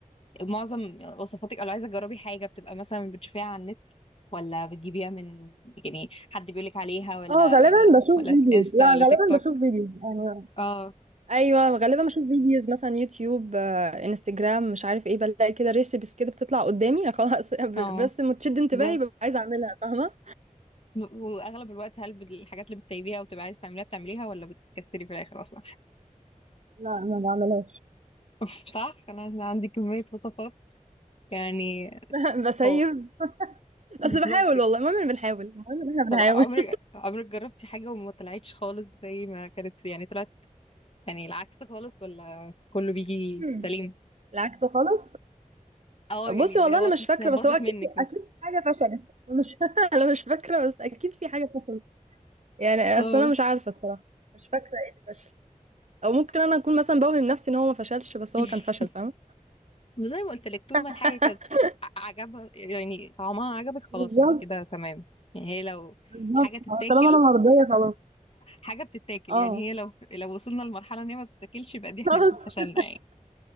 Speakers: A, on the left; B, on the right.
A: معظم وصفاتك لو عايزه تجربي حاجه بتبقى مثلا بتشوفيها على النت ولا بتجيبيها من يعني حد بيقولك عليها ولا
B: اه غالبا
A: يعني
B: بشوف
A: ولا
B: فيديوز
A: انستا
B: لا
A: ولا
B: غالبا
A: تيك توك
B: بشوف فيديوز يعني
A: اه
B: ايوه غالبا بشوف فيديوز مثلا يوتيوب آه، انستجرام مش عارف ايه بلاقي كده ريسيبس كده بتطلع قدامي خلاص <laughs> ب-
A: اه
B: بس متشد انتباهي
A: بالظبط
B: ببقى عايزه اعملها فاهمه
A: واغلب الوقت هل بت- الحاجات اللي بتسيبيها وبتبقى عايزه تعمليها بتعمليها ولا بتكسلي في الاخر اصلا
B: لا ما بعملهاش
A: <laughs> صح انا عندي كميه وصفات يعني
B: <laughs> بسيب
A: هو
B: بس
A: بالظبط
B: بحاول
A: كده.
B: والله المهم إن بنحاول المهم ان احنا
A: طب
B: بنحاول
A: عمرك عمرك جربتي حاجة وما طلعتش خالص زي ما كانت يعني طلعت يعني العكس خالص ولا كله بيجي
B: مم.
A: سليم
B: العكس خالص
A: اه
B: بصي
A: يعني اللي
B: والله
A: هو
B: انا
A: تحس
B: مش فاكره
A: انها باظت
B: بس هو اكيد
A: منك
B: في
A: مثلا
B: اكيد في حاجه فشلت أنا مش <laughs> انا مش فاكره بس اكيد في حاجه فشلت يعني
A: اه
B: اصل انا مش عارفه الصراحه مش فاكره ايه اللي فشل او ممكن انا اكون مثلا بوهم نفسي ان هو ما فشلش بس
A: <laughs>
B: هو كان فشل فاهمه
A: زي ما قلت لك طول ما
B: <laughs>
A: الحاجة كانت ع- عجبها يعني طعمها عجبك خلاص
B: بالظبط
A: انت كده تمام يعني هي لو
B: بالظبط
A: حاجة تتاكل
B: آه، طالما انا مرضيه خلاص
A: حاجة بتتاكل
B: اه
A: يعني هي لو لو وصلنا لمرحلة ان هي ما بتتاكلش يبقى دي احنا
B: <laughs>
A: اكيد فشلنا يعني